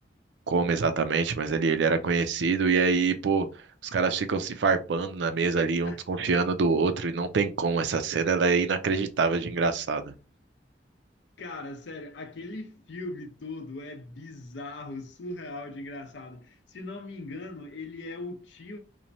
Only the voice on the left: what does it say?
<laughs>
Cara, sério, aquele filme todo é bizarro, surreal de engraçado. Se não me engano, ele é o tio